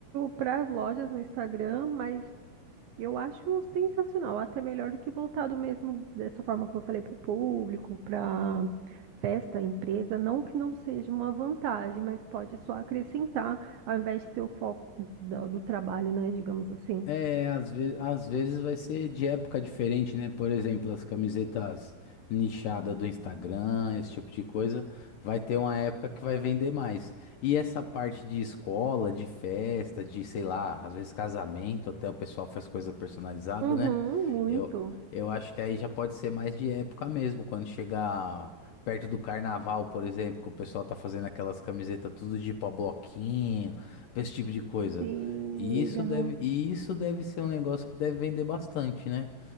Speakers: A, on the right (about 75°); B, on the left (about 75°).
A: para as lojas no Instagram, mas eu acho sensacional, até melhor do que voltado mesmo dessa forma como eu falei para o público, para festa, empresa, não que não seja uma vantagem, mas pode só acrescentar ao invés de ser o foco do, do trabalho, né, digamos assim.
B: É, às vezes, às vezes vai ser de época diferente, né? Por exemplo, as camisetas nichadas do Instagram, esse tipo de coisa, vai ter uma época que vai vender mais. E essa parte de escola, de festa, de, sei lá, às vezes casamento, até o pessoal faz coisa personalizada,
A: Uhum,
B: né?
A: muito.
B: Eu, eu acho que aí já pode ser mais de época mesmo, quando chegar perto do carnaval, por exemplo, que o pessoal tá fazendo aquelas camisetas tudo de pau bloquinho, esse tipo de coisa.
A: Sim,
B: E
A: legal.
B: isso deve, e isso deve ser um negócio que deve vender bastante, né?